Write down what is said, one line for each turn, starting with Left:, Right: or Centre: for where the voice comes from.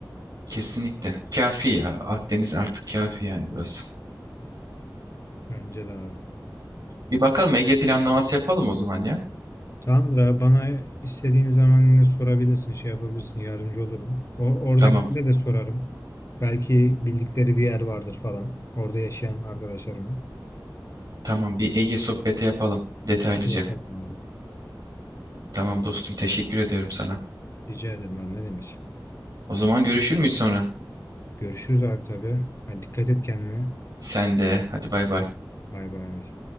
Right: Kesinlikle. Kafi ya. Akdeniz artık kafi yani burası.
Left: Bence de abi.
Right: Bir bakalım Ege planlaması yapalım o zaman ya.
Left: Tamamdır abi bana istediğin zaman yine sorabilirsin, şey yapabilirsin, yardımcı olurum. O, oradakilere
Right: Tamam.
Left: de sorarım. Belki bildikleri bir yer vardır falan. Orada yaşayan arkadaşlarımı.
Right: Tamam bir Ege sohbeti yapalım detaylıca.
Left: Yapalım abi.
Right: Tamam dostum teşekkür ediyorum sana.
Left: Rica ederim abi ne demek.
Right: O zaman görüşür müyüz sonra?
Left: Görüşürüz abi tabii. Hadi dikkat et kendine.
Right: Sen de. Hadi bay bay.
Left: Bay bay.